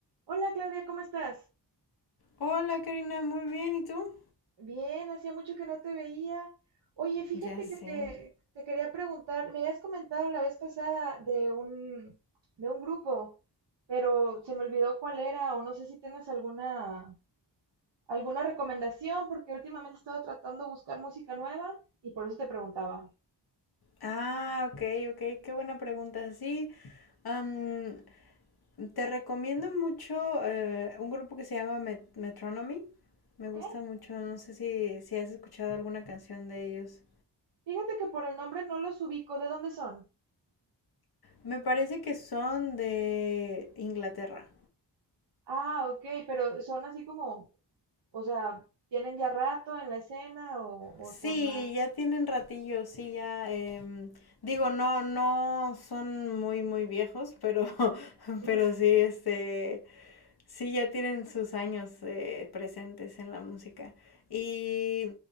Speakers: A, on the right (about 75°); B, on the left (about 55°).
A: Hola Claudia, ¿cómo estás?
B: Hola Karina, muy bien, ¿y tú?
A: Bien, hacía mucho que no te veía. Oye, fíjate
B: Ya sé.
A: que te, te quería preguntar, me habías comentado la vez pasada de un, de un grupo, pero se me olvidó cuál era o no sé si tengas alguna, alguna recomendación porque últimamente he estado tratando de buscar música nueva y por eso te preguntaba,
B: Ah, ok, ok, qué buena pregunta. Sí, am, te recomiendo mucho eh, un grupo que se llama Met- Metronomy. Me
A: ¿ok?
B: gusta mucho, no sé si, si has escuchado alguna canción de ellos.
A: Fíjate que por el nombre no los ubico, ¿de dónde son?
B: Me parece que son de Inglaterra.
A: Ah, ok, pero son así como, o sea, ¿tienen ya rato en la escena o, o
B: Sí,
A: son más?
B: ya tienen ratillo, sí, ya. em, digo, no, no son muy, muy viejos, pero, <laughs>
A: <laughs>
B: pero sí, este, Sí, ya tienen sus años eh, presentes en la música. Y